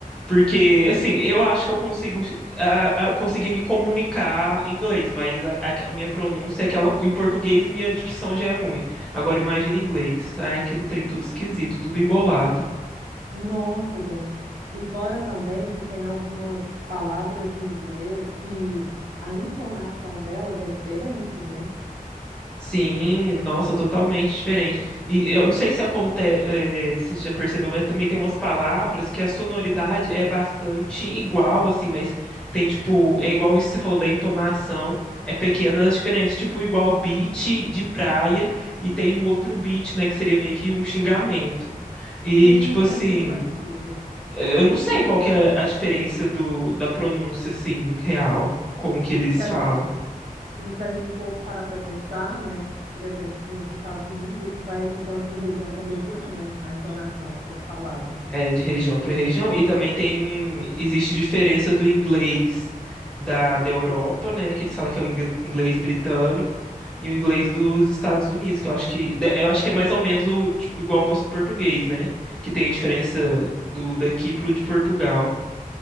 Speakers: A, in the centre; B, on the right (about 80°).
A: Porque, assim, eu acho que eu consigo ah, ah, conseguir me comunicar em inglês, mas a, a- a minha pronúncia é aquela. co- Em português, minha dicção já é ruim. Agora, imagina em inglês. Sai aquele trem tudo esquisito, tudo embolado.
B: nossa, gente. E fora também que tem algumas palavras em inglês que a entonação delas é diferente, né?
A: Sim, nossa, totalmente diferente. E eu não sei se acontece, se já percebeu, mas também tem umas palavras que a sonoridade é bastante igual, assim, mas tem tipo, é igual isso que você falou da entonação, é pequenas diferenças, tipo, igual beat de praia e tem o outro beat, né, que seria meio que um xingamento. E
B: Sim,
A: tipo assim,
B: é muito parecido.
A: eu não sei qual que é a diferença do, da pronúncia, assim, real, como que eles
B: E se a,
A: falam.
B: ge- e se a gente for parar para pensar, né? Por exemplo, nos Estados Unidos, isso vai mudando de região para região, né? A entonação das palavras.
A: é, de região para região, e também tem existe diferença do inglês da, da Europa, né, que eles falam que é o ing- inglês britânico, e o inglês dos Estados Unidos, que eu acho que de- eu acho que é mais ou menos o, tipo, igual ao nosso português, né, que tem a diferença do daqui pro de Portugal.